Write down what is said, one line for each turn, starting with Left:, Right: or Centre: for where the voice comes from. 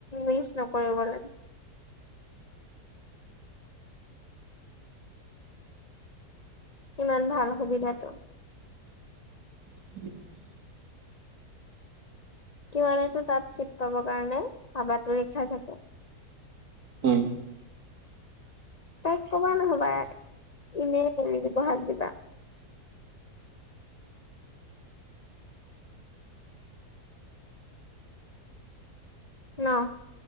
Left: মিচ নকৰিবলে। ইমান ভাল সুবিধাটো।
Right: উ <inaudible>
Left: কিমানেতো তাত চিট পাব কাৰণে হাবাতৰি খাই থাকে।
Right: উম।
Left: তাইক কবা নহবা এনে এৰি বহাগ দিবা। ন'?